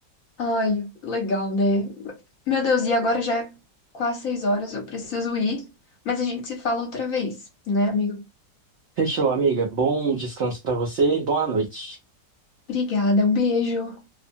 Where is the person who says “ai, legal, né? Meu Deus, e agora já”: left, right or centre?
Left